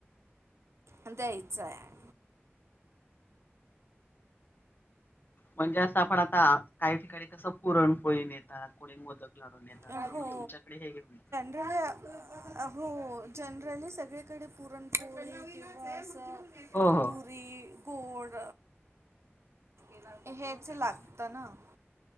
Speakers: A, on the right; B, on the left.
A: द्यायचं आहे.
B: म्हणजे असं आपण आता काही ठिकाणी कसं पुरण पोळीून येतात कोणी मोदक लाढू नेतात.
A: हो
B: तर मग तुमच्याकडे हे घेऊन
A: हो जनरली सगळीकडे पुरणपोळी किंवा असं
B: हो हो.
A: पुरी गोड त्या हेच लाग
B: हा
A: तना